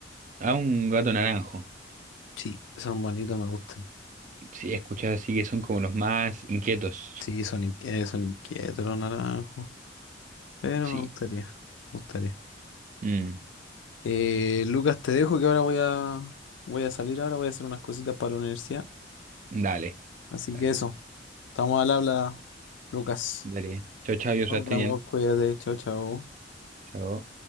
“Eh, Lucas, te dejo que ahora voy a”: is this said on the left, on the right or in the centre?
Left